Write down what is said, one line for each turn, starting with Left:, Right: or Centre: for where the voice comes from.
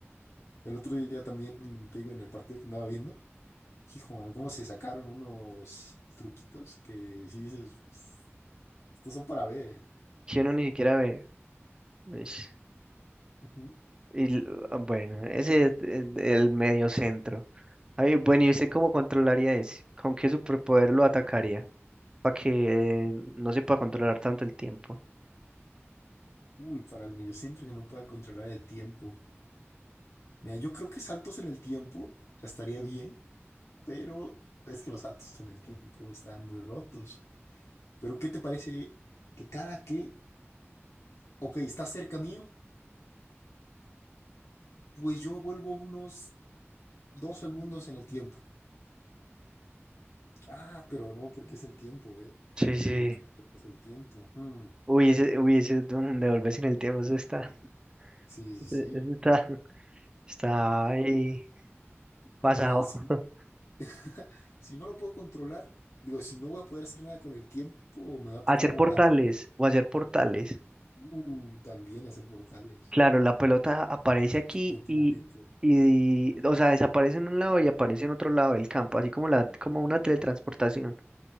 Left: El otro día también, te digo, en el partido que andaba viendo, hijo, mano, cómo se sacaron unos truquitos que si dices, "Pff, estos son para ver, ¿eh?".
Right: Que uno ni siquiera ve. Ish.
Left: Ujú,
Right: Y, l- ah, bueno, ese es el el medio centro. Ay, bueno, ¿y usted
Left: ujú,
Right: cómo controlaría ese? ¿Con qué superpoder lo atacaría? Para que eh, no se pueda
Left: ujú.
Right: controlar tanto el tiempo.
Left: Uy, para el mediocentro que no pueda controlar el tiempo. Mira, yo creo que saltos en el tiempo estaría bien, pero es que los saltos en el tiempo están muy rotos. Pero ¿qué te parece que cada que, ok, está cerca mío, pues yo vuelvo unos dos segundos en el tiempo? Ah, pero no, porque es el tiempo, ¿eh?
Right: Sí, sí.
Left: Lo que es el tiempo. Hmm,
Right: Uy, ese, uy, ese es un devolverse en el tiempo, eso está,
Left: Sí, sí,
Right: <laughs>
Left: sí.
Right: eso está, está ahí
Left: Pues
Right: pasado.
Left: mira, si,
Right: <laughs>
Left: <laughs> si no lo puedo controlar, digo, si no voy a poder hacer nada con el tiempo, me va a tocar
Right: Hacer
Left: volar.
Right: portales, o hacer portales.
Left: Uh, también hacer portales.
Right: Claro, la pelota aparece
Left: Para que
Right: aquí
Left: no sepa en qué
Right: y,
Left: momento.
Right: y, o sea, desaparece en un lado y aparece en otro lado del campo, así como la, como una teletransportación.